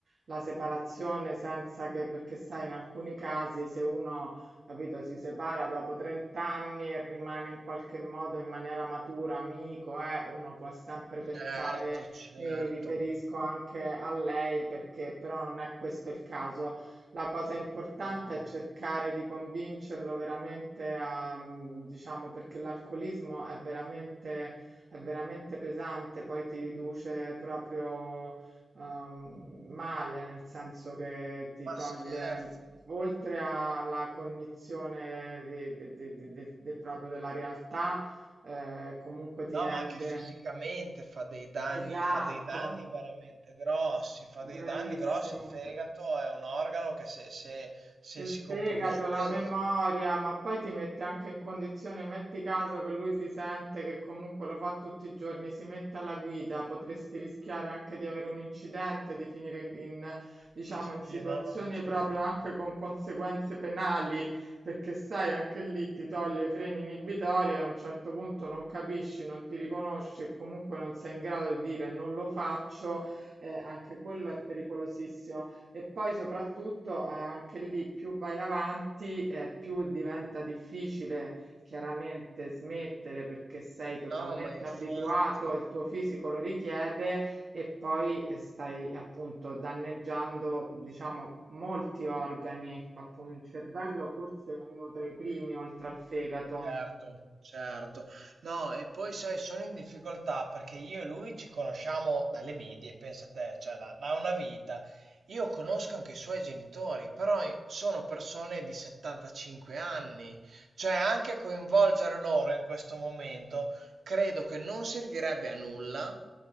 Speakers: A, on the right (about 55°); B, on the right (about 80°).
A: la separazione senza che, perché sai, in alcuni casi se uno, capito, si separa dopo 30 anni e rimane in qualche modo in maniera matura, amico, eh, uno può sempre pensare
B: Certo, certo.
A: mi riferisco anche a lei perché però non è questo il caso. La cosa importante
B: No,
A: è cercare di convincerlo veramente a, mm, diciamo, perché l'alcolismo è veramente, è veramente pesante, poi ti riduce proprio ehm, male, nel senso che ti
B: ma
A: toglie,
B: scherzi?
A: oltre alla cognizione di- di- di- di- di- di- proprio della realtà, eh, comunque ti
B: No,
A: rende...
B: ma anche fisicamente fa dei danni,
A: Esatto.
B: fa dei danni veramente grossi, fa dei
A: Bravissimo.
B: danni grossi. Il fegato è un organo che se, se- se
A: Il
B: si
A: fegato,
B: compromette...
A: la memoria, ma poi ti mette anche in condizione, metti caso che lui si sente che comunque lo fa tutti i giorni, si mette alla guida, potresti rischiare anche di avere un incidente, di finire in, in, diciamo,
B: Sì, sì,
A: in situazioni
B: no, no, certo.
A: proprio anche con conseguenze penali, perché sai, anche lì ti toglie i freni inibitori, a un certo punto non capisci, non ti riconosci e comunque non sei in grado di dire non lo faccio, eh, anche quello è pericolosissimo. E poi soprattutto, eh, anche lì, più vai avanti, eh, più diventa difficile chiaramente smettere perché sei totalmente
B: No, ma infatti...
A: abituato, il tuo fisico lo richiede e poi eh, stai appunto danneggiando, diciamo, molti organi, appunto il cervello forse è uno tra i primi oltre al fegato.
B: Certo, certo. No, e poi sai, sono in difficoltà perché io e lui ci conosciamo dalle medie, pensa te, cioè da, da una vita. Io conosco anche i suoi genitori, però in- sono persone di 75 anni, cioè anche coinvolgere loro in questo momento credo che non servirebbe a nulla